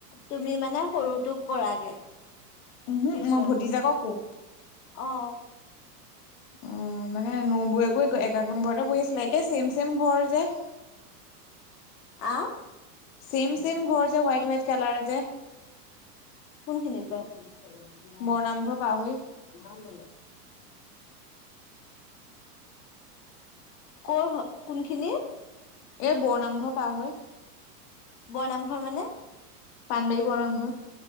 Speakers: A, on the left; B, on the left.
A: তুমি মানে সৰুটোক কৰাগে টিউচন
B: উহো মই ভতিজাকক কওঁ
A: অ
B: অ মানে নবৈ একেখন ঘৰতে বহি আছিলে একে ছেম ছেম ঘৰ যে
A: আহ
B: চেইম চেইম ঘৰ যে হোইট হোইট কালাৰ যে
A: কোন খিনিত বাৱ
B: বৰনামঘৰ পাৰ হৈ
A: কৰ হয় কোনখিনি
B: এ বৰ নামঘৰ পাৰ হৈ
A: বৰনামঘৰ মানে
B: পান বাই পোৱা নামক